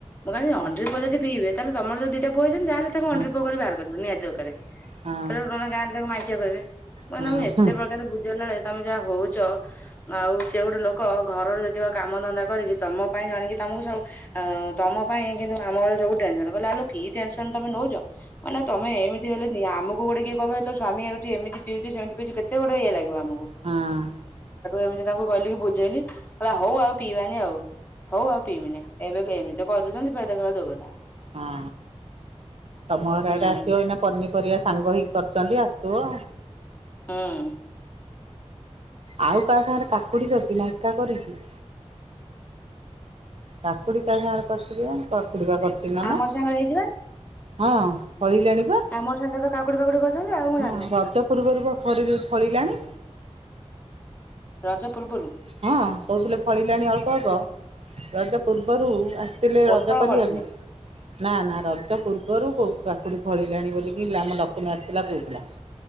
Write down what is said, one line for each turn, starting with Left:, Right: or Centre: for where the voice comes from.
Left: ମୁଁ କିଲି
Right: ହଁ
Left: ଅଣ୍ଡିର ପୁଅ ଯଦି ପିବେ ତାହେଲେ ତମର ଯଉ ଦିଟା ପୁଅଛନ୍ତି ଯହାେଲେ ତାକୁ
Right: ହଁ
Left: ଅଣ୍ଡିର୍ ପୁଅକରି ବାହାର କରିବ ନିହାତି ଦକାରେ ତାକୁ
Right: ହଁ
Left: ନାହେନେ ଗାଁରେ ତାକୁ ମାାଇଚିଆ କହିବେ। ମାନେ
Right: ହଁ
Left: ମୁଁ ଏତେ
Right: ହଁ
Left: ପ୍ରକାର ବୁଝେଇଲା ବେଳେ ତମେ ଯାହା ହଉଛ ଆଉ ସେ ଗୋଟେ ଲୋ ଲୋକ ଘରର ଯେତିକ କାମ ଧନ୍ଦା କରିକି ତମ ପାଇଁ ଜାଣିକି ତମକୁ ସବୁ ଆଉ ତମ ପାଇଁ କିନ୍ତୁ ଆମ ଘରେ ସବୁ ଟେନସନ କହିଲେ ଆଲୋ କି ଟେନସନ ତମେ ନଉଛ? ମାନେ ତମେ ଏମତି ହେଲେ ଆମକୁ ଗୋଟେ କିଏ କହିବ ତ ସ୍ୱାମୀ ଏଉଠି ଏମତି ପିଉଛି ଯେ ସେ କେତେ ଗୋଡେ ଇ ଲାଗିବ ଆମକୁ।
Right: ହଁ। ହଁ
Left: ଏମିତି ତାଙ୍କୁ କହିଲି ବୁଝେଇଲି କହିଲା ହଉ ଆଉ ପିଇବାନି ଆଉ ହଉ ଆଉ ପିଇବିନି। ଏବେ ଏମିତି ତ କହିଦଉଛନ୍ତି ଫେର ଦେ କ ଦଉ କଥା।
Right: ହଁ ତମ ଘର
Left: ହୁଁ
Right: ଆଡେ ଆସିବ ଏଇନା ପନି ପରିବା ସାଙ୍ଗ ହେଇ କରିଛନ୍ତି ଆସଥିବ।
Left: ହଁ।
Right: ଆଉ କାହା ସାଙ୍ଗରେ କାକୁଡି କରିଛି ନାଇକା କରିଛି। କାକୁଡି କା ସାଙ୍ଗରେ କରିଛି କିଜାଣି କାକୁଡିକା କରିଛି ନାନା
Left: ଆମ ସାଙ୍ଗରେ ହେଇଯିବା
Right: ହଁ ଫଳିଲାଣି ବା
Left: ଆମର୍ ସାଙ୍ଗେ ତ କାକୁଡି ଫାକୁଡି କରଛନ୍ତି ଆଉ ମୁଁ
Right: ହଁ
Left: ଜାଣିନି
Right: ରଜ ପୂର୍ବରୁ ଫରିରୁ ଫଳିଲାଣି।
Left: ରଜ ପୂର୍ବରୁ
Right: ହଁ କହୁଥିଲେ ଫଳିଲାଣି ଅଳ୍ପ ଅଳ୍ପ ରଜ ପୂର୍ବରୁ ଆ ଥିଲେ
Left: ପୋଟଳ
Right: ରଜ କରିବାକୁ।
Left: କରିଥିଲେ
Right: ନା ନା ରଜ ପୂର୍ବରୁ କାକୁଡି ଫଳିଲାଣି ବୋଲିକି ଆମ ଲକ୍ନା ଆସିଥିଲା କହୁଥିଲା